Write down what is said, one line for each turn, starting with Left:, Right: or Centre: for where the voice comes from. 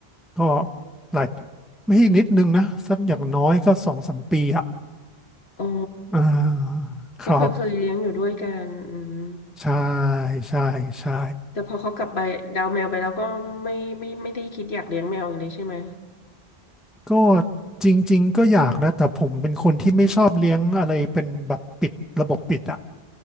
Centre: ก็หลายไม่ใช่นิดนึงนะสักอย่างน้อยก็สองสามปีอะ
Left: อ๋อ
Centre: อ่า
Left: ก็คือเคยเลี้ยงอยู่ด้วยกันอืม
Centre: ครับ ใช่ใช่ใช่
Left: แต่พอเขากลับไปดาวแมวไปแล้วก็ไม่ไม่ไม่ได้คิดอยากเลี้ยงแมวอีกเลยใช่ไหม
Centre: <laughs> ก็จริงๆก็อยากนะแต่ผมเป็นคนที่ไม่ชอบเลี้ยงอะไรเป็นแบบปิดระบบปิดอะ